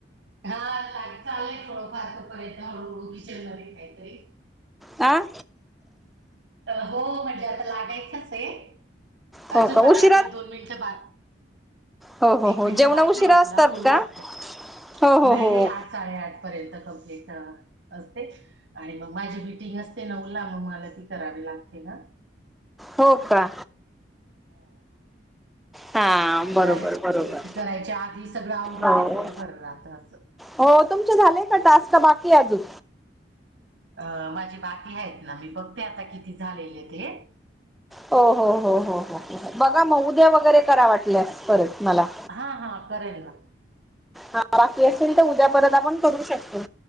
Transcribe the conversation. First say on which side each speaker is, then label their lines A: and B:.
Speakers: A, on the right; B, in the centre.
A: हा लाग चालेलय थोडं फार तो पर्यंत हळूहळू किचन मध्ये काहीतरी.
B: आं.
A: हो, म्हणजे आता लागायचंच हेय.
B: हो
A: अजून
B: का
A: झालंआपले
B: उशिरा
A: दोन मिनिटं बार
B: हो हो
A: एक
B: हो
A: मिनिट
B: जेवण
A: बाकी
B: उशिरा
A: हेय आपला,
B: असतात
A: बोलू
B: का?
A: शकतात.
B: हो हो
A: नाही
B: हो
A: रे आज साडे -आठ पर्यंत कंप्लीट असतेच. आणि मग माझी मिटिंग असते नऊला मग मला ती करावी लागते ना.
B: हो का?
A: हो.
B: हा
A: ते
B: बरोबर
A: झाले की
B: बरोबर
A: म्हणजे, ती करायच्या आधी सगळं आवरून
B: हो.
A: घेतलेलं बरं राहत असं.
B: हो, तुमचे झाले का टास्क का बाकी आहे अजून?
A: अ, माझी बाकी आहेत ना, मी बघते आता किती झालेले ते.
B: हो, हो, हो, हो,
A: असं
B: हो,
A: हम्म
B: हो बघा मग उद्या वगैरे करा वाटल्यास परत मला.
A: हां हा करेल ना
B: ह बाकी असेल तर उद्या परत आपण करू शकतो